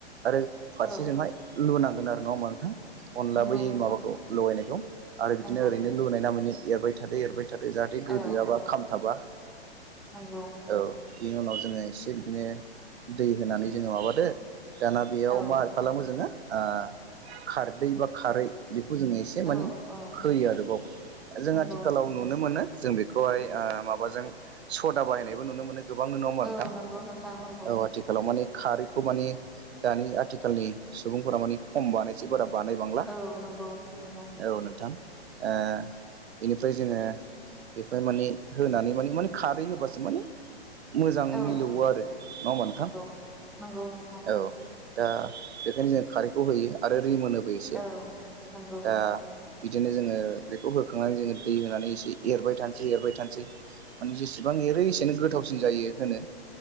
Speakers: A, on the right (about 75°); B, in the centre.
A: आरो फारसेजोंहाय
B: औ
A: लुनांगोन आरो नंडा होनबा नोंथां? अनला
B: नंगौ
A: बै
B: नोंथां
A: माबाखौ लगायनायखौ आरो बिदिनो
B: नंगौ
A: ओरैनो लुनाय नामैनो एरबाय थादो एरबाय दो जाहाथे गोदोयाबा
B: औ औ
A: खामथाबा
B: नंगौ
A: औ। बेनि उनाव जोङो एसे बिदिनो दै होनानै जोङो माबादो दाना बेयाव
B: औ
A: मा खालामो जोङो ओ खारदै बा खारै बेखौ बेखौ जोङो एसे माने
B: औ औ
A: होयो आरोबाव जों
B: नंगौ
A: आथिखालाव नुनो मोनो जों बेखौहाय माबाजों सदा बायनायबो नुनो मोनो गोबांनो नङा होमबा
B: औ
A: नोंथां
B: नंगौ नोंथां नंगौ
A: औ आथिखालाव माने खारैखौ मान दानि आथिखालनि सुबुंफोरा मानि खम बानायसै बारा बानायबांला
B: औ नंगौ नंगौ
A: औ नोंथां। ओ बेनिफ्राय जोङो बेखौहाय माने होनानै माने माने खारै होबासो माने मोजां
B: औ
A: मिलौ आरो नङा होमबा नोंथां
B: नंगौ नंगौ नोंथां
A: औ। दा बेखायनो जों खारैखौ होयो आरो रिमोनोबो एसे
B: औ नंगौ
A: दा बिदिनो जोङो बेखौ होखांनानै जोङो दै होनानै एसे एरबाय थानोसै एरबाय थानो सै माने जेसेबां एरो एसेनो गोथावसिन जायो होनो।